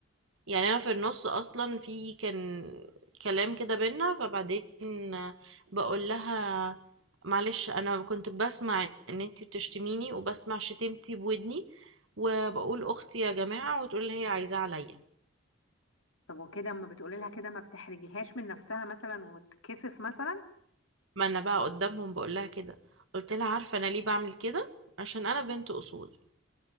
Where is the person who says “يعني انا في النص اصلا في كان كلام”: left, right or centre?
Right